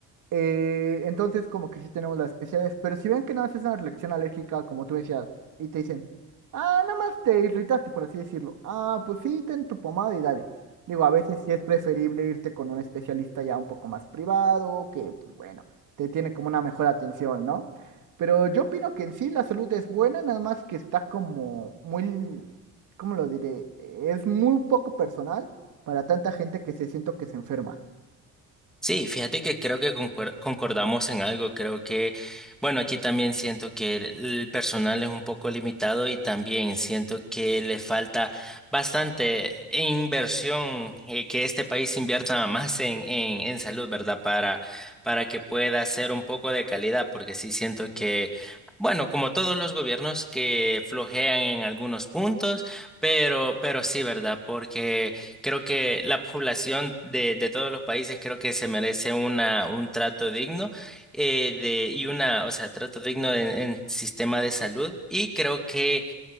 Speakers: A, on the right (about 60°); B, in the centre.
A: Eh, entonces, como que sí tenemos las especialidades, pero si ven que nada más es una reacción alérgica, como tú decías, y te dicen, ah, nada más te irritaste, por así decirlo. Ah, pues sí, ten tu pomada y dale. Digo, a veces sí es preferible irte con un especialista ya un poco más privado, que, pues bueno, te tiene como una mejor atención, ¿no? Pero yo opino que en sí la salud es buena, nada más que está como muy, ¿cómo lo diré? Es muy poco personal para tanta gente que se siento que se enferma.
B: Sí, fíjate que creo que concuer- concordamos en algo. Creo que, bueno, aquí también siento que el el personal es un poco limitado y también siento que le falta bastante inversión, eh, que este país invierta más en, en, en salud, ¿verdad? Para, para que pueda ser un poco de calidad, porque sí siento que, bueno, como todos los gobiernos que flojean en algunos puntos, pero, pero sí, ¿verdad? Porque Creo que la población de, de todos los países creo que se merece una, un trato digno eh, de, y una, o sea, trato digno en, en sistema de salud. Y creo que